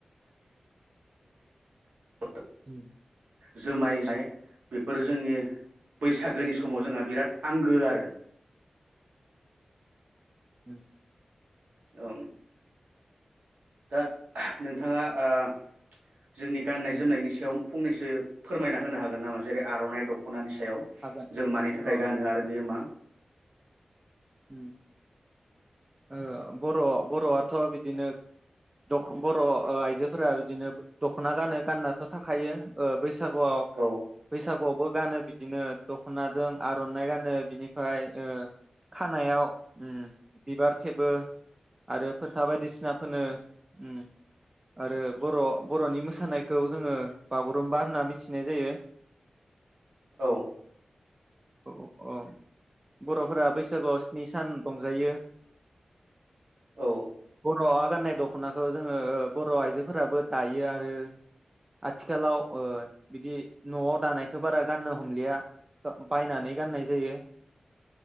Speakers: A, on the right (about 80°); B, on the right (about 20°).
A: <unintelligible>
B: उम
A: जोमाय <unintelligible> बेफोरो जोंनि बैसागोनि समाव जोंहा बिराद आंगो आरो
B: उ
A: ओम दा नोंथाङा ओ जोंनि गाननाय
B: उम
A: जोमनायनि सायाव फंनैसो फोरमायना होनो हागोन नामा जेरै आर'इ दख'नानि सो सायाव
B: हागोन
A: जों मानि थाखाय
B: अ
A: गानो आरो बेयो मा
B: उ ओ बर' बर'आथ' बिदिनो दख बर' आइजोफोरा बिदिनो दख'ना गानो गाननाथ' थाखायो ओ बैसाग सागु
A: औ
B: बैसागुआवबो गानो बिदिनो दख'नाजों आर'नाइ गानो बिनिफ्राय ओ खानायाव उ बिबार थेबो आरो फोथा बायदिसिना फोनो उ आरो बर' बर'नि मोसानायखौ जोङो बागुरुम्बा होनना मिथिनाय जायो
A: औ
B: औ औ बर'फोरा बैसागुआव स्नि सान रंजायो।
A: औ
B: बर'आ गाननाय दख'नाखौ जोङो बर' आइजोफोराबो दायो आरो आथिखालाव ओ बिदि न'आव दानायखौ बारा गाननो हमलिया बा बायनानै गाननाय जायो